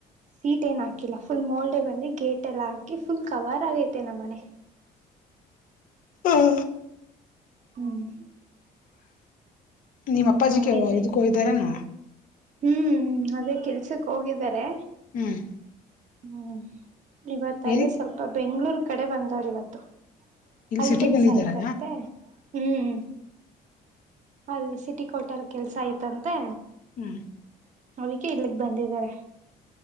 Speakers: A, on the right (about 45°); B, on the left (about 55°).
A: ಸೀಟ್ ಏನ್ ಹಾಕಿಲ್ಲ ಫುಲ್ ಮೋಲ್ಡ್ ಬಂದ್ರ ಗೇಟ್ ಎಲ್ಲ ಹಾಕಿ ಫುಲ್ ಕವರ್ ಆಗೈತೆ ನಮ್ಮ ಮನೆ
B: ಹ್ಮ
A: ಹ್ಮ್
B: ನಿಮ್ಮ್ ಅಪ್ಪಾಜಿಗೆ
A: ಹಂಗೈತೆ
B: ಇದಕ್ಕೋ ಇದ್ದಾರಾನ
A: ಹ್ಮ್ ಅದೇ ಕೆಲ್ಸಕ್ ಹೋಗಿದ್ದಾರೆ
B: ಹ್ಮ್
A: ಹ್ಮ್ ಇವತ್ ಅದೇ
B: ಎಲ್ಲಿ
A: ಸ್ವಲ್ಪ ಬೆಂಗ್ಳೂರ್ ಕಡೆ ಬಂದವ್ರ ಇವತ್ತು
B: ಇಲ್ಲಿ
A: ಅಲ್ಲಿ
B: ಸಿಟಿ
A: ಕೆಲ್ಸ
B: ಬಂದಿದ್ದಾರಾ
A: ಆಯ್ತಂತೆ ಹ್ಮ್ ಅಲ್ಲಿ ಸಿಟಿ ಕೋಟೆಲ್ ಕೆಲ್ಸ ಆಯ್ತಂತೆ
B: ಹ್ಮ್.
A: ಅದಿಕ್ಕೆ ಇಲ್ಲಿಗ್ ಬಂದಿದ್ದಾರೆ.